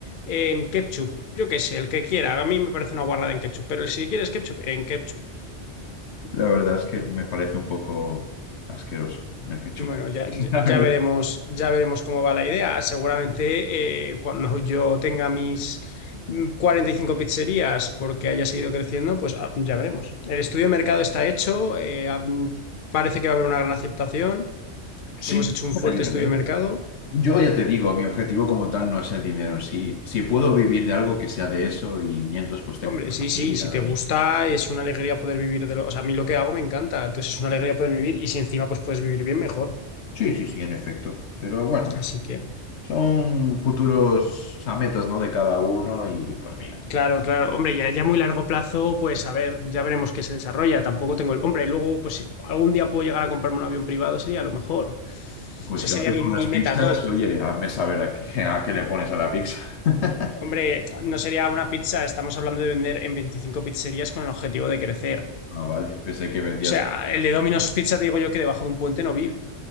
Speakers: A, on the left; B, on the left.
A: en ketchup, yo qué sé, el que quiera. A mí me parece una guarrada en ketchup, pero si quieres ketchup, en ketchup.
B: la verdad es que me parece un poco asqueroso el ketchup.
A: Bueno, ya,
B: <laughs>
A: ya,
B: La verdad.
A: ya veremos, ya veremos cómo va la idea. Seguramente eh, cuando yo tenga mis mm, 45 pizzerías, porque haya seguido creciendo, pues ah, ya veremos. El estudio de mercado está hecho, eh, ah, mm, parece que va a haber una gran aceptación.
B: Sí,
A: Hemos hecho un
B: me
A: fuerte
B: alegra,
A: estudio
B: ¿eh?
A: de mercado.
B: Yo ya te digo, mi objetivo como tal no es el dinero en sí. Si puedo vivir de algo que sea de eso y mientras pues tengo
A: Hombre,
B: una
A: sí,
B: familia.
A: sí, si te gusta, es una alegría poder vivir de lo... O sea, a mí lo que hago me encanta, entonces es una alegría poder vivir y si encima pues puedes vivir bien, mejor.
B: Sí, sí, sí, en efecto. Pero bueno,
A: Así que...
B: son futuros a metas, ¿no? De cada uno y pues mira,
A: Claro, claro. Hombre, ya, ya a muy largo plazo, pues a ver, ya veremos qué se desarrolla. Tampoco tengo el... Hombre, luego, pues si algún día puedo llegar a comprarme un avión privado, sería lo mejor. O
B: pues
A: sea,
B: si lo
A: sería
B: haces
A: mi,
B: con
A: mi
B: unas pizzas,
A: meta top.
B: oye, hazme saber a qué, a qué le pones a la pizza. <laughs>
A: Hombre, no sería una pizza, estamos hablando de vender en 25 pizzerías con el objetivo de crecer. O
B: Ah, vale, pensé que vendías.
A: sea, el de Domino's Pizza te digo yo que debajo de un puente no vive.